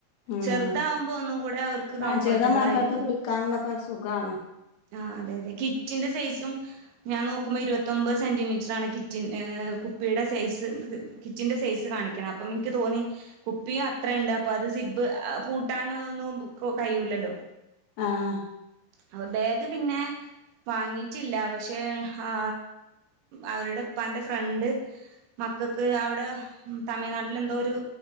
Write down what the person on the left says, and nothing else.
ഉം
ആഹ് ചെറുത് മക്കൾക്ക്
പിടിക്കാൻ ഇതൊക്കെ ഒരു സുഖാണ്
ആഹ്